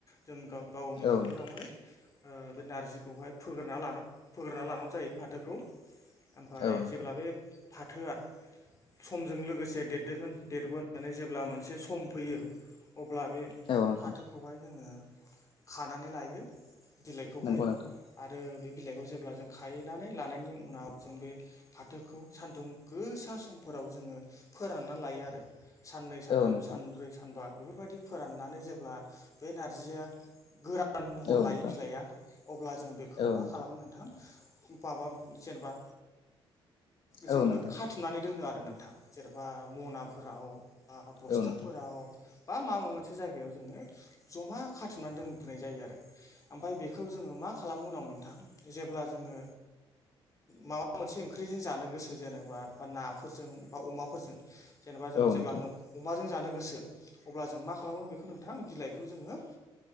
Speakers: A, on the left (about 35°); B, on the left (about 65°).
A: जों गावनि
B: औ
A: हाफोरावहाय
B: नोंथां
A: बे नारजिखौहाय फोग्रोनना फोग्रोनना लानांगौ जायो फाथोखौ। ओमफ्राय
B: औ नोंथां
A: जेब्ला बे फाथोआ समजों लोगोसे देरदोगोन देरबोनानै जेब्ला मोनसे सम फैयो। अब्ला बे
B: औ नोंथां
A: फाथोखौहाय जोङो खानानै लायो। बिलाइखौहाय
B: नंगौ नोंथां
A: आरो बे बिलाइखौ जेब्ला जों खाहैनानै लानायनि उनाव जों बे फाथोखौ सान्दुं गोसा समफोराव। जोङो फोराननानै लायो आरो साननै सानथाम
B: औ नोंथां
A: सानब्रै सानबा। बेफोरबायदि फोराननानै जेब्ला बे नारजिया गोरा गोदान महर
B: औ
A: लायो
B: नोंथां
A: बिलाइआ अब्ला जों बेखौ
B: औ
A: मा
B: नोंथां औ
A: खालामो नोंथां। माबा जेनेबा जोङो
B: औ नोंथां
A: खाथुमनानै दोनो आरो। आरो नोंथां जेन'बा मनाफोराव बा बस्थाफोराव।
B: औ नोंथां
A: बा माबा मोनसे जायगायाव जोङो जमा खाथुमनानै दोनब्राय जायो आरो। ओमफ्राय बेखौ जोङो मा खालामो उनाव नों जेब्ला जोङो माबा मोनसे ओंख्रिजों जानो गोसो जेनेा बा ना फोरजों बा अमाफोरजों जेनेबा जों
B: औ
A: जेब्ला
B: नोंथां
A: अमाजों जानो गोसो। अब्ला जों मा खालामो बेखौ नोंथां बिलाइखौ जोङो